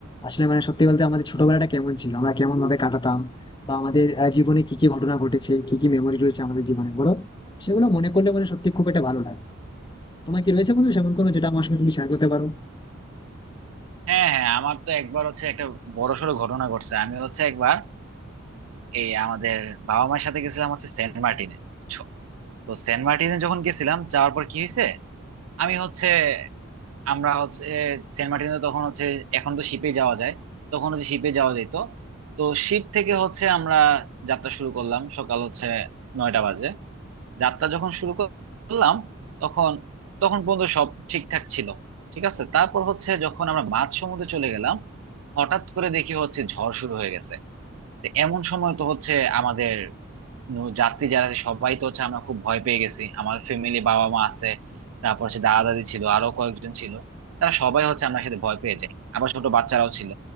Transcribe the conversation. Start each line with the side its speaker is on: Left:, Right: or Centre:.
Left: আসলে মানে সত্যি বলতে আমাদের ছোটবেলাটা কেমন ছিল আমরা কেমন ভাবে কাটাতাম বা আমাদের আহ, জীবনে কি কি ঘটনা ঘটেছে কি কি মেমোরি রয়েছে আমাদের জীবনে বলো সেগুলো মনে করলে মানে সত্যি খুব একটা ভালো লাগে তোমার কি রয়েছে বন্ধু সেমন কোনো যেটা আমার সঙ্গে তুমি শেয়ার করতে পারো
Right: হ্যাঁ হ্যাঁ আমার তো একবার হচ্ছে একটা বড়সড় ঘটনা ঘটছে আমি হচ্ছে একবার এই আমাদের বাবা মায়ের সাথে গেছিলাম হচ্ছে সেন্ট মার্টিনে বুঝছো তো সেন্ট মার্টিনে যখন গেছিলাম যাওয়ার পর কি হয়েছে আমি হচ্ছে আমরা হচ্ছে সেন্ট মার্টিনে তখন হচ্ছে এখন তো শিপে যাওয়া যায় তখন হচ্ছে শিপে যাওয়া যেত তো শিপ থেকে হচ্ছে আমরা যাত্রা শুরু করলাম সকাল হচ্ছে নয়টা বাজে যাত্রা যখন শুরু করলাম তখন তখন পর্যন্ত সব ঠিকঠাক ছিল ঠিক আছে তারপর হচ্ছে যখন আমরা মাঝ সমুদ্রে চলে গেলাম হঠাৎ করে দেখি হচ্ছে ঝড় শুরু হয়ে গেছে তো এমন সময় তো হচ্ছে আমাদের নো- যাত্রী যারা আছে সবাই তো হচ্ছে আমরা খুব ভয় পেয়ে গেছি আমার ফ্যামিলি বাবা মা আছে তারপর হচ্ছে দাদা দাদি ছিল আরো কয়েকজন ছিল তারা সবাই হচ্ছে আমার সাথে ভয় পেয়ে যায় আবার ছোট বাচ্চারাও ছিল